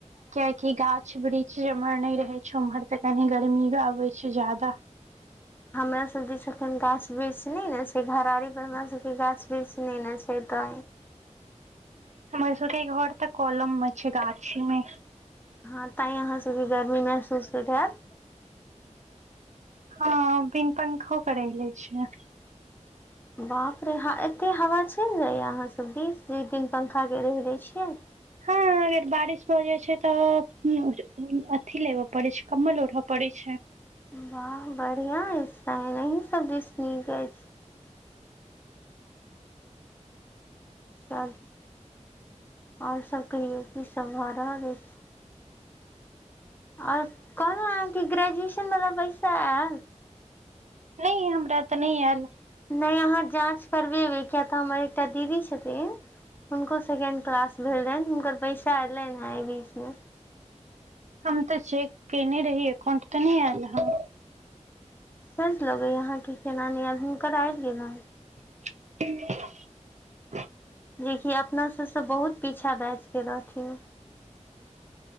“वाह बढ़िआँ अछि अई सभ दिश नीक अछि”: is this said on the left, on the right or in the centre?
Left